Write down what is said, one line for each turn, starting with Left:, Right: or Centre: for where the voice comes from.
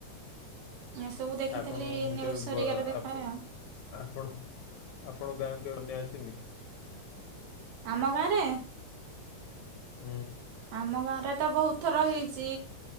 Right: ଏସବୁ ଦେଖିଥିଲି
Left: ଆପଣ ମୁଁ
Right: ନ୍ୟୁଜ
Left: କେବେ
Right: ହରିକାରେ
Left: ବା
Right: ଦେଖାଏ
Left: ଆପ
Right: ଆଉ
Left: ଆପଣ ଆପଣ ଗାଁକୁ କେବେ ବନ୍ୟା ଆସିନି?
Right: ଆମ ଗାଁରେ?
Left: ହୁଁ।
Right: ଆମ ଗାଁ ରେ ତ ବହୁତ ଥର ହେଇଛି